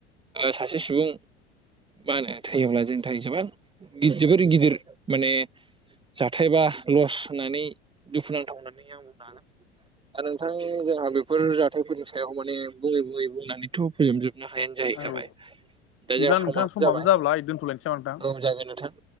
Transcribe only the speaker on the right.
सासे सुबुं मा होनो थैयोब्ला जोंनि थाखाय जेबां जोबोर गिदिर माने जाथायबा लस होननानै दुखुनांथाव होननानै आं बुंनो हागोन दा नोंथां जोंहा बेफोर जाथायफोरनि सायाव माने बुङै बुङै बुंनानैथ' फोजोबजोबनो हाया जाहैखाबाय
दा जोंहा समाबो
जाबाय
औ जागोन नोंथां